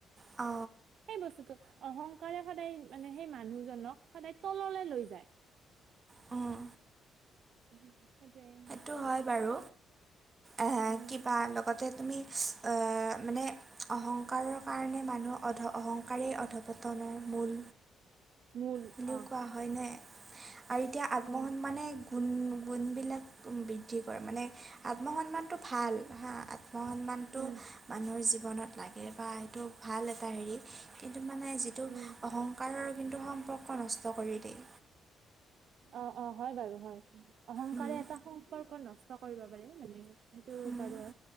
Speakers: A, on the right; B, on the right.
A: অ
B: সেই বস্তুটো অহংকাৰে সদায় মানে সেই মানুহজনক সদায় তললে লৈ যায়।
A: অ'
B: উম সেইটোৱে উম
A: সেইটো হয় বাৰু আ
B: উম
A: কিবা লগতে তুমি অ মানে অহংকাৰৰ কাৰণে মানুহ অধ অহংকাৰে অৰ্ধপতনৰ মূল।
B: মূল
A: বুলিও
B: অ
A: কোৱা হয় নে আৰু এতিয়া আত্মসন্মানে
B: উম
A: গুণ গুণবিলাক বৃ বৃদ্ধি কৰে মানে আত্মসন্মানটো ভাল হা আত্মসন্মানটো
B: উম
A: মানুহৰ জীৱনত লাগে বা সেইটো ভাল এটা হেৰি কিন্তু মানে যিটো
B: উম
A: অহং কাৰৰ কিন্তু সম্পৰ্ক নষ্ট কৰি দিয়ে।
B: অ-অ হয় বাৰু হয় অহংকাৰে
A: উম,
B: এটা সম্পৰ্ক নষ্ট কৰিব পাৰে মানে। সেইটো
A: উম,
B: বাৰু হয়